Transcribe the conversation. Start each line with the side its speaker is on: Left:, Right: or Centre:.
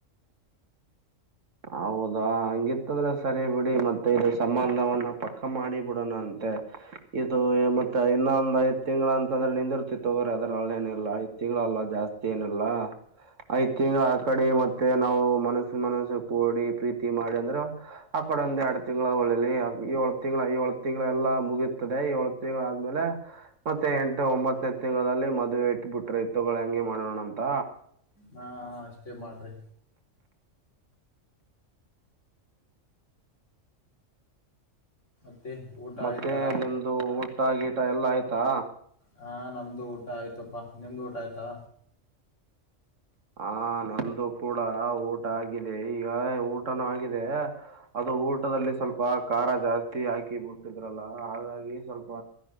Right: ಹೌದಾ ಹಂಗಿತ್ತಂದ್ರೆ ಸರಿ ಬಿಡಿ ಮತ್ತೆ ಇ ಸಂಬಂಧವನ್ನ ಪಕ್ಕ ಮಾಡಿ ಬಿಿಡೋಣ ಅಂತೆ ಇದು ಮತ್ತೆ ಇನ್ನೊಂದ್ ಐದ ತಿಂಗ್ ಅಂತಂದ್ರೆ ನಿಂದಿರ್ತಿ ತಗೋ್ರ ಅದ್ರ ಅಲ್ಲೇನಿಲ್ಲ ಐದ ತಿಂಗಳಲ್ಲ ಜಾಸ್ತಿ ಏನಿಲ್ಲಾ ಐದ ತಿಂಗಂಗಳ ಆ ಕಡೆ ಮತ್ತೆ ನಾವು ಮನಸ್ಸ ಮನಸ್ಸ ಕಓಡಿ ಪ್ರೀತಿ ಮಾಡಿ ಅಂದ್ರೆ ಆಕಡೆ ಒಂದ್ ಎರಡ್ ತಿಂಗಳ ಹೊಳಲಿ ಏಳ್ ತಿಂ್ಳ ಏಳ ತಿಂಳ ಎಲ್ಲ ಮುಗೀತದೆ ಏಳ ತಿಂಗಳ ಆದ್ಮೇಲೆ ಮತ್ತೆ ಎಂಟು ಒಂಬತ್ತನೇ ತಿಂಗಳ ಮದ್ವೆೆ ಇಟ್ಬ ಬಿಟ್ರೆ ತಗೊಳ ಹೆಂಗೆ ಮಾಡೋಣ ಅಂತ
Left: ಹಾ ಅಷ್ಟೇ ಮಾಡ್ರಿ ಮತ್ತ ಊಟ
Right: ಮತ್ತೆ
Left: ಆಯ್ತಾ
Right: ನಿಮ್ದು ಊಟ ಗೀಟ ಎಲ್ಲಾ ಆಯ್ತಾ
Left: ಹ ನಮ್ದು ಊಟ ಆಯ್ತಪ್ಪಾ ನಿಮ್ದು ಊಟ ಆಯ್ತಾ
Right: ಹ ನಮ್ದು ಕೂಡ ಊಟ ಆಗಿದೆ ಈಗ ಊಟನೂ ಆಗಿದೆ ಅದು ಊಟದಲ್ಲಿ ಸ್ವಲ್ಪ ಖಾರ ಜಾಸ್ತಿ ಹಾಕಿ ಬಿಟ್ಟಿದ್ರಲ್ಲ ಹಾಗಾಗಿ ಸ್ವಲ್ಪ